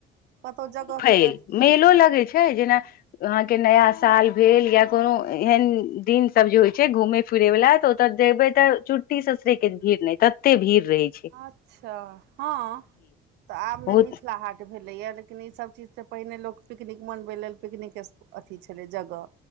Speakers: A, on the right; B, on the left.
A: कतौऽ जगह
B: छैय
A: के अथी
B: मेलो
A: नहि छै
B: लगैय छैय जेना अहाँ के नया साल भेल या कोनो एहन दिन सब जे होइ छैय घूमे फिरे वला तऽ ओत जेबे ते चुट्टी ससुरे के भीड़ नहि तते भीड़ रहे छैय।
A: अच्छा हँ तऽ आब
B: बहुत
A: नै मिथिला हाट भेलैया लेकिन ईसभ चीज स पहिने लोक पिकनिक मनबै लेल पिकनिक अथी छलै जगह